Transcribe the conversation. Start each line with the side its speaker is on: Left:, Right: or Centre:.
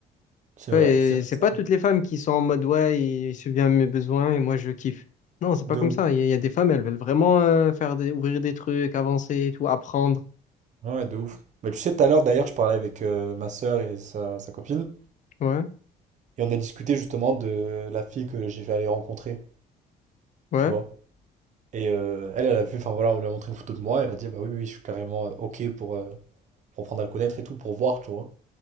Right: C'est vrai.
Left: Ouais,
Right: C'est vrai,
Left: et c'est
Right: c'est
Left: pas
Right: vrai.
Left: toutes les femmes qui sont en mode ouais, il subvient à mes besoins et moi je kiffe. Non, c'est
Right: De
Left: pas comme
Right: ouf.
Left: ça. Il y, a il y a des femmes, elles veulent vraiment euh, faire des, ouvrir des trucs, avancer et tout, apprendre.
Right: Ah Ouais, de ouf. Bah, tu sais, tout à l'heure, d'ailleurs, je parlais avec euh, ma sœur et sa, sa copine,
Left: Ouais,
Right: et on a discuté justement de la fille que j'ai vais aller rencontrer,
Left: ouais,
Right: tu vois. Et euh, elle, elle a vu, enfin voilà, on lui a montré une photo de moi, elle a dit, bah oui, oui, oui, je suis carrément euh, OK pour, euh, pour apprendre à le connaître et tout, pour voir, tu vois.